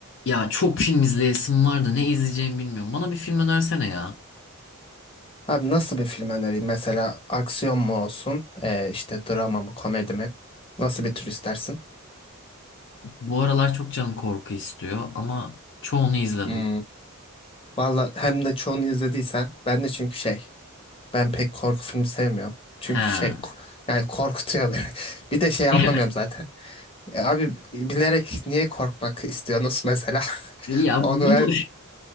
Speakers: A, on the left (about 55°); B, on the left (about 25°).
A: Ya çok film izleyesim var da ne izleyeceğimi bilmiyorum. Bana bir film önersene ya.
B: Abi nasıl bir film önereyim? Mesela aksiyon mu olsun? Ee, işte drama mı, komedi mi? Nasıl bir tür istersin?
A: Bu aralar çok canım korku istiyor ama çoğunu izledim.
B: Hmm, Valla hem de çoğunu izlediysen ben de çünkü şey ben pek korku filmi sevmiyorum. Çünkü
A: He.
B: şey ko- yani korkutuyor beni. <laughs> Bir de şey
A: <laughs>
B: anlamıyorum zaten. E, abi bilerek niye korkmak istiyorsunuz mesela? <laughs>
A: Ya
B: Onu
A: bunu
B: ben